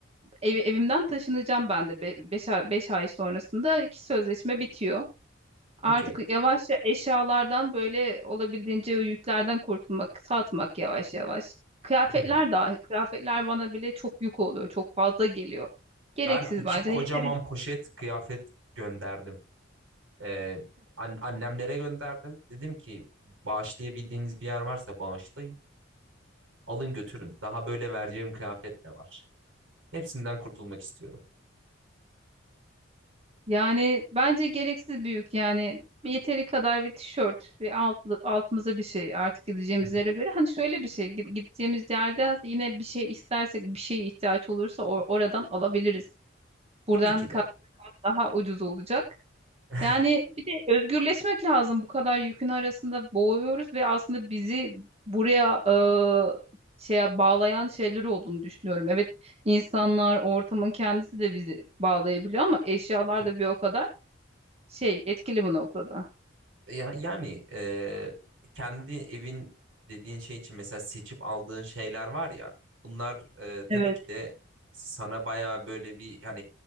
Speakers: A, on the right (about 30°); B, on the right (about 80°).
A: ev- evimden taşınacağım ben de Be beş ay, beş ay sonrasında iki sözleşme bitiyor.
B: Okey.
A: Artık yavaşça eşyalardan böyle olabildiğince o yüklerden kurtulmak, satmak yavaş yavaş. Kıyafetler
B: Hı hı.
A: dahi, kıyafetler bana bile çok yük oluyor, çok fazla geliyor. Gereksiz
B: Ben iki
A: bence.
B: kocaman
A: Yeterince.
B: poşet kıyafet gönderdim. Ee, an- annemlere gönderdim. Dedim ki bağışlayabildiğiniz bir yer varsa bağışlayın. Alın götürün. Daha böyle vereceğim kıyafet de var. Hepsinden kurtulmak istiyorum.
A: Yani bence gereksiz büyük yani bir yeteri kadar bir tişört ve altlı, altımıza bir şey artık gideceğimiz
B: Hı hı.
A: yere göre. Hani şöyle bir şey gi- gideceğimiz yerde aslında yine bir şey istersek bir şeye ihtiyaç olursa or- oradan alabiliriz. Buradan
B: Tabii ki
A: kat
B: de.
A: be kat daha ucuz olacak.
B: <laughs>
A: Yani bir de özgürleşmek lazım bu kadar yükün arasında boğuyoruz ve aslında bizi buraya e, şeye bağlayan şeyler olduğunu düşünüyorum. Evet insanlar ortamın kendisi de bizi bağlayabiliyor ama eşyalar
B: Tab-
A: da bir o kadar şey etkili bu noktada.
B: Ya, yani e, kendi evin dediğin şey için mesela seçip aldığın şeyler var ya. Bunlar e,
A: Evet.
B: tabii ki de sana bayağı böyle bir hani